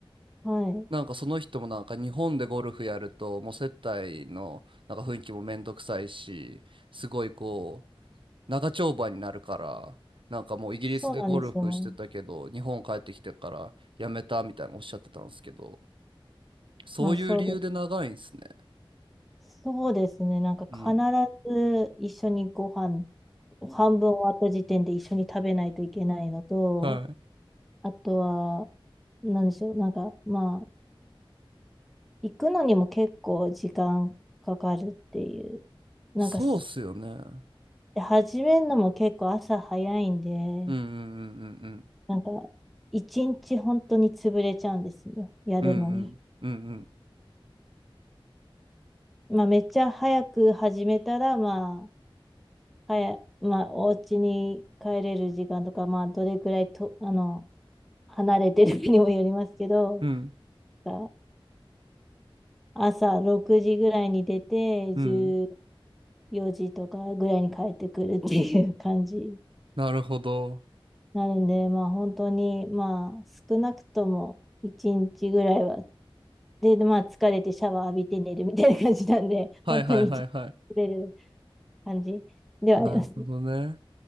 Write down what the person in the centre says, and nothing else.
はい。
そうなんですよね。
まあ、そうです。そうですね。なんか必
ず一緒にご飯、半分終わった時点で一緒に食べないといけないのと、
あとは、なんでしょう。なんか、まあ、行くのにも結構時間かかるっていう。なんか、
で、始めるのも結構朝早いんで、
なんか、一日本当に潰れちゃうんですよ。やるのに。
まあ、めっちゃ早く始めたら、まあ、早、まあ、お家に帰れる時間とか、まあ、どれくらいと、あの、離れてるかにもよりますけど、
が朝6時ぐらいに出て、
14時とかぐらいに帰ってくるっていう感じに
なるんで、まあ、本当に、まあ、少なくとも1日ぐらいはで、まあ、疲れてシャワー浴びて寝るみたいな感じなんで、<laughs>
本当に一日疲れる感じではありますね